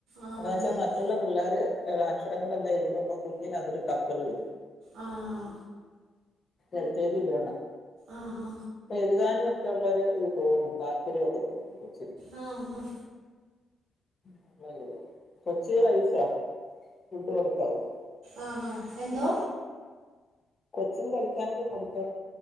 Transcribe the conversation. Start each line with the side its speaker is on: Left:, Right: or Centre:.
Right: ആഹ്
Left: എന്ന്
Right: അതെ
Left: വെച്ചാ
Right: അതെ
Left: മറ്റുള്ള പിള്ളാര് അക്ഷ രങ്ങളെല്ലാം എഴതുമ്പോ കുഞ്ഞിനതൊരു തപ്പല് വരും
Right: ആഹ്
Left: എൽ കെ ജി വിടണം
Right: ആഹ്
Left: പ്പം <unintelligible> <unintelligible> താല്പര്യമൊക്കെ <unintelligible>
Right: ആ ആ
Left: <unintelligible> കഴിച്ചോ ഫുഡ് കൊടുത്തോ കൊച്ചിന്
Right: ആ ആഹ് എന്തോ
Left: കൊച്ചിന് കളിക്കാനൊക്കെ കൊടുത്തോ